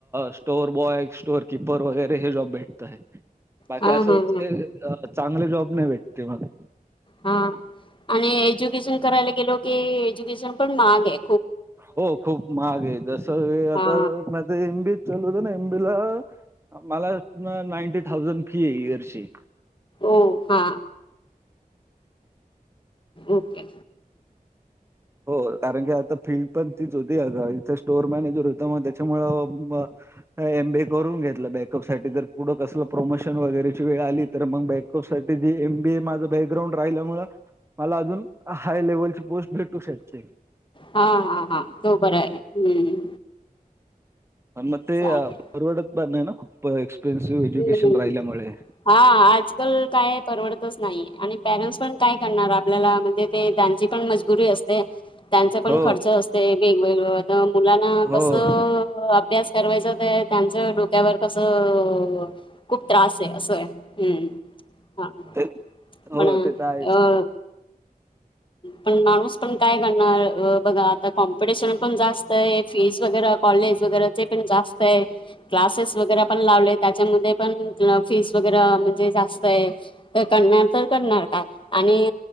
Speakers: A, on the right; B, on the left.
A: स्टोर बॉय स्टोर किपर वगैरे हे जॉब भेटताहेत. बाकी
B: हा
A: असंच
B: हा हा
A: ए, अ चांगले जॉब नाही भेटते मग.
B: हा आणि एज्युकेशन करायला गेलो की, एज्युकेशन पण महागए.
A: हो खूप महाग आहे, जसं आता
B: हा
A: मत एम बीचालू होत ना एम बी ला मला नाईंटी थाउजंड फी ए इयरची.
B: ओ हा. ओके.
A: हो कारण की आता फील्ड पण तीच होती, अगं इथे स्टोअर मॅनेजर होतो म त्याच्यामुळ म अ एमबीए करून घेतलं बॅकअप साठी जर पुढं कसलं प्रमोशन वगैरेची वेळ आली. तर मग बॅकप साठी जे एम बी ए माझं बॅकग्राउंड राहिल्यामुळ. मला अजून हाय लेव्हलची पोस्ट भेटू शकते.
B: हा हा हा, हो बरए हम्म.
A: अ म ते
B: चालेल
A: परवडत पण नाय ना, खूप एक्सपेन्सिव्ह एज्युकेशन
B: हम्म हम्म.
A: राहिल्यामुळे.
B: हा आजकाल काय परवडतच नाहीे आणि पॅरेंट्स पण काय करणार आपल्याला म्हणजे ते त्यांची पण मजबुरी असते. त्यांचा पण
A: हो
B: खर्च असते, वेगवेगळ न मुलांना
A: हो
B: कसं अभ्यास करवायच ते त्यांचं डोक्यावर कसं खूप त्रास आहे अस आहे, हम्म हा.
A: ते हो
B: पण
A: ते तर आहेच
B: अ पण माणूस पण काय करणार बघा आता कॉम्पिटिशन पण जास अय फीस वगैर कॉलेज वगैरेचे पण जास्त आहे क्लासेस वगैरे पण लावलेत. त्याच्यामध्ये पण फीस वगैरे म्हणजे जास्त आहे, तर करणार तर करणार काय? आणि